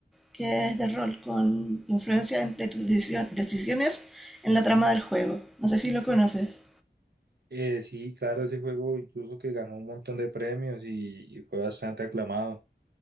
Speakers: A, in the centre; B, on the right.
A: que es de rol con influencia de tus decisio- decisiones en la trama del juego. No sé si lo conoces.
B: Eh, sí, claro, ese juego incluso que ganó un montón de premios y, y fue bastante aclamado.